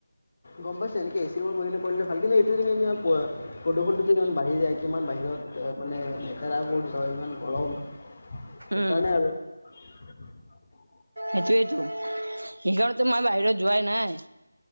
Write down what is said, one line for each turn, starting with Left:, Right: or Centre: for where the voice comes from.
Left: গম পাইছে এনেকে এ চি ৰুমত কৰিলে ভাল কিন্তু এইটো প্ৰদূষণটো যে কিমান বাঢ়ি যায় কিমান বাহিৰত। ত মানে লেতেৰাবোৰ ইমান গৰম সেইকাৰণে
Right: উম
Left: আৰু। <unintelligible>
Right: সেইটোয়েইটো এইকাৰণে মই বাহিৰত যোৱাই নাই।